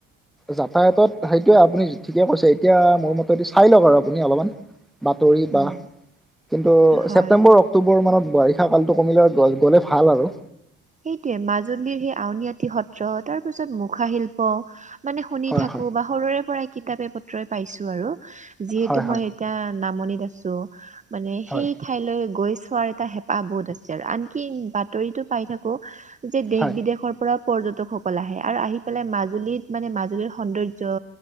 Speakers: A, in the centre; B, on the right.
A: যাতায়তত সেইটোয়ে আপুনি ঠিকে কৈছে এতিয়া মোৰ মতে চাই লওক আৰু আপুনি অলপমান বাতৰি বা
B: উম
A: কিন্তু
B: হয়
A: ছেপ্টেম্বৰক অক্টোবৰ মানত বাৰিষা কালটো কমিলৈ গ'লে ভাল আৰু
B: সেইটোয়ে মাজুলীৰ সেই আউনআটি সত্ৰ তাৰ পিছত মুখা শিল্প অ মানে শুনি
A: হয়
B: থাকো
A: হয়
B: বা সৰুৰে পৰাই কিতাপে পত্ৰই পাইছো আৰু যিহেতু
A: হয় হয়
B: মই এতিয়া নামনিত আছো মানে
A: হয়
B: সেই ঠাইলৈ গৈ চোৱাৰ এটা হেঁপাহ বহুত আছে আৰু আনকি বাতৰিতো পাই থাকো যে দেশ
A: হয়
B: বিদেশৰ পৰা পৰ্যটকসকল আহে আৰু আহি পেলাই মাজুলীত মানে মাজুলীৰ সৌন্দৰ্য্য